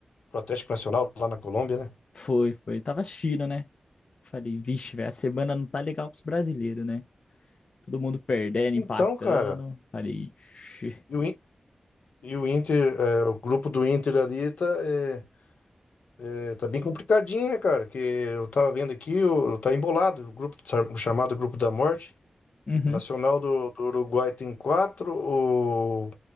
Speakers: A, on the left; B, on the left.
A: pro Atlético Nacional lá na Colômbia, né?
B: Foi, foi. Eu tava assistindo, né? Falei, vixe, velho, a semana não tá legal pros brasileiros, né? Todo mundo perdendo,
A: Então,
B: empatando.
A: cara,
B: Falei, <laughs>
A: e o, In- e o Inter, é, o grupo do Inter ali tá, é, é, tá bem complicadinho, né, cara? Que eu tava vendo aqui, o- tá embolado, o grupo, o chamado Grupo da Morte.
B: Uhum.
A: O Nacional do, do Uruguai tem quatro o,